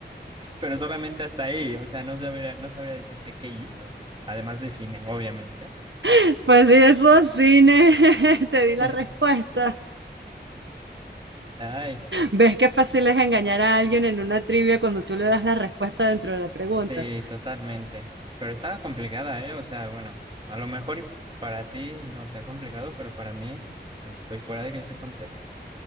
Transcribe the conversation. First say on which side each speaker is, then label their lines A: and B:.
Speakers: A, on the right; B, on the right.
A: pero solamente hasta ahí. O sea, no sabría, no sabría decirte qué hizo, además de cine, obviamente.
B: <laughs> Pues sí, eso es cine, <laughs> te di la
A: <laughs>
B: respuesta.
A: Ay,
B: ¿Ves qué fácil es engañar a alguien en una trivia cuando tú le das la respuesta dentro de la pregunta?
A: sí, totalmente. Pero estaba complicada, ¿eh? O sea, bueno, a lo mejor y para ti no sea complicado, pero para mí, pues estoy fuera de ese contexto.